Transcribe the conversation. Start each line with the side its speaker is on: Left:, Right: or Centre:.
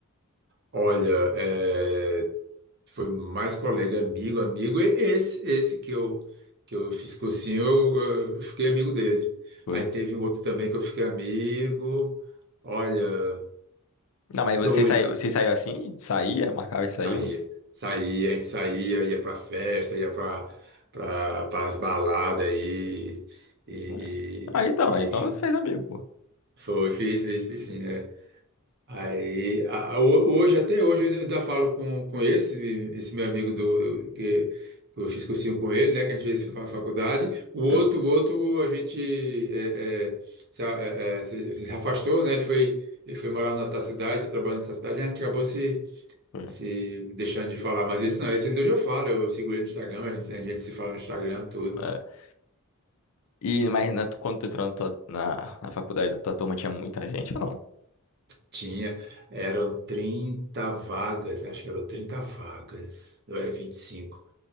Right: olha, é, foi mais colega, amigo, amigo. E esse, esse que eu que eu fiz cursinho, eu, eh, fiquei amigo dele.
Left: Foi.
Right: Aí teve um outro também que eu fiquei amigo. Olha,
Left: Não, mas
Right: dois
Left: você saiu, você saiu assim? Saía, marcava e saiu?
Right: saía, saía, a gente saía, ia para festa, ia para para as baladas aí e,
Left: É. Ah, então,
Right: e,
Left: aí então
Right: e
Left: você fez amigo, pô.
Right: <laughs> foi, fiz, fiz, fiz sim, né? Aí, a- a- ho- hoje, até hoje, eu ainda falo com, com esse, esse meu amigo do, que, que eu fiz cursinho com ele, né? Que a gente fez fa- faculdade. O outro,
Left: É,
Right: o outro, a gente é, é, se, a- é, é, se- se afastou, né? Ele foi, ele foi morar na outra cidade, tá trabalhando nessa cidade, a gente acabou se,
Left: foi.
Right: se deixando de falar. Mas esse não, esse ainda hoje eu falo, eu sigo ele no Instagram, a gente, a gente se fala no Instagram, tudo.
Left: É. E, mas na, tu- quando tu entrou na, tua- na, na faculdade, a tua turma tinha muita gente ou não?
Right: Tinha, eram 30 vagas, acho que eram 30 vagas, eu era 25.